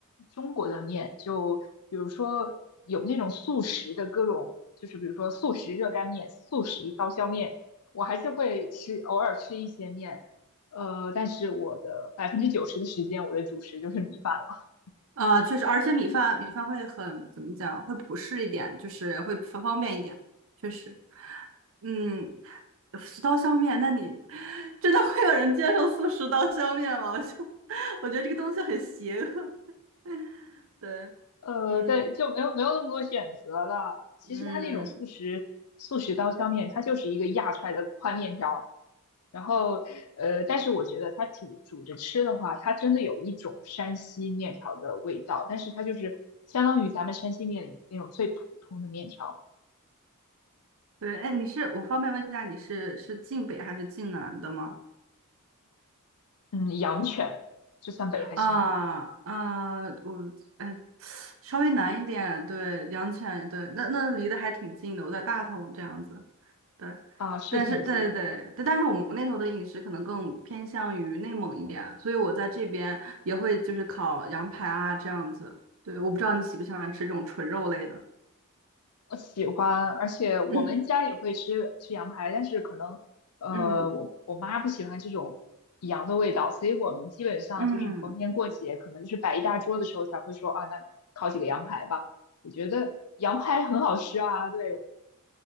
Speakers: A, on the left (about 80°); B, on the right (about 65°).
A: 中国的面，就比如说有那种速食的各种，就是比如说速食热干面、速食刀削面，我还是会吃，偶尔吃一些面，呃，但是我的百分之九十的时间，我的主食就是米饭了。
B: 啊，确实，而且米饭米饭会很，怎么讲，会普适一点，就是会方方便一点，确实。嗯，十刀削面，那你真的会有人接受素食刀削面吗？我就 <laughs> 我觉得这个东西很邪恶。<laughs> 对，
A: 呃，
B: 嗯
A: 对，就没有没有那么多选择了。其实它那种速食速食刀削面，
B: 嗯，
A: 它就是一个压出来的宽面条。然后，呃，但是我觉得它煮煮着吃的话，它真的有一种山西面条的味道，但是它就是相当于咱们山西面里那种最普通的面条。
B: 对，哎，你是我方便问一下，你是是晋北还是晋南的吗？
A: 嗯，阳泉，这算北还是南呢？
B: 啊啊，我哎，稍微南一点，对，阳泉，对，那那离得还挺近的，我在大同这样子。对，
A: 啊，是挺近。
B: 但是对对对，但是我们那头的饮食可能更偏向于内蒙一点，所以我在这边也会就是烤羊排啊这样子。对，我不知道你喜不喜欢吃这种纯肉类的。
A: 我喜欢，而且我们家也会吃吃羊排，
B: 嗯
A: 但是可能呃，
B: 嗯
A: 我我妈不喜欢这种羊的味道，所以我们基本上就是逢年过节，
B: 嗯，
A: 可能就是摆一大桌的时候才会说啊，那烤几个羊排吧。我觉得羊排很好吃啊，对，